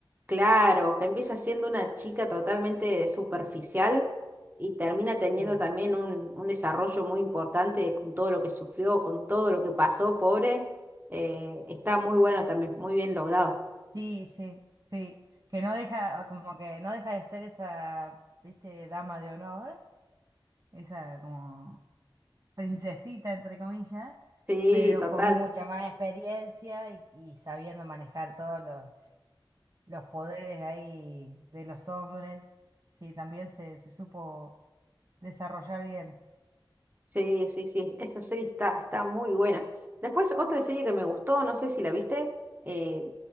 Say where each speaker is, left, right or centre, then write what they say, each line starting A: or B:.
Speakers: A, on the right; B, on the right.
A: Claro, que empieza siendo una chica totalmente superficial y termina teniendo
B: Sí,
A: también un, un desarrollo muy importante con todo lo que sufrió, con todo lo que pasó, pobre. eh, está muy bueno también, muy bien logrado.
B: sí, sí, sí. Que no deja, como que no deja de ser esa, viste, dama de honor, esa como princesita, entre comillas,
A: Sí,
B: pero
A: total.
B: con mucha más experiencia y, y sabiendo manejar todos los, los poderes ahí de los hombres. Sí, también se, se supo desarrollar bien.
A: Sí, sí, sí. Esa serie está, está muy buena. Después, otra serie que me gustó, no sé si la viste, eh,